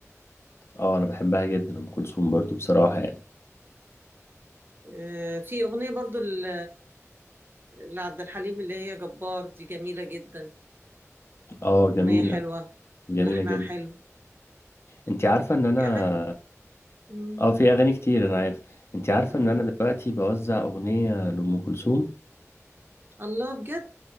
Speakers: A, on the left; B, on the right.
A: اه انا بحبها جدا ام كلثوم برضو بصراحه يعني
B: آه في اغنيه برضو ل- لعبد الحليم اللي هي جبار دي جميله جدا
A: اه
B: اغنيه
A: جميله
B: حلوه
A: جميله
B: ولحنها
A: جدا
B: حلو
A: انت عارفه ان انا
B: في اغاني مم.
A: اه في اغاني كتير انا عارف انت عارفه
B: اه
A: ان انا دلوقتي بوزع اغنيه لام كلثوم
B: الله بجد